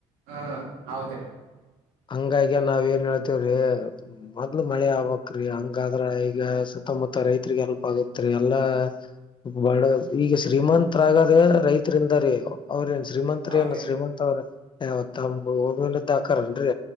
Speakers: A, on the right; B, on the left.
A: ಹ್ಮ ಹೌದ್ರೀ.
B: ಹಂಗಾಗಿ ನಾವ್ ಏನ್ ಹೇಳ್ತವ್ರಿ ಮೊದ್ಲ ಮಳೆ ಆಗ್ಬೇಕ. ರಿ ಹಂಗಾದ್ರ ಈಗ ಸುತ್ತಮುತ್ತ ರೈತ್ರಿಗ ಹೇಲ್ಪ್ ಆಗತ್ರಿ ಎಲ್ಲಾ ಬಾಳ ಈಗ ಶ್ರೀಮಂತರಾಗದ ರೈತರಿಂದರಿ ಅವ್ರ ಶ್ರೀಮಂತ್ರನ
A: ಹೌದ್ರಿ
B: ಶ್ರೀಮಂತ್ ಅವ್ರ ಅ ತಮ್ಮ ಹಿನದ್ದಾ ಆಕರಂನ್ರೀ.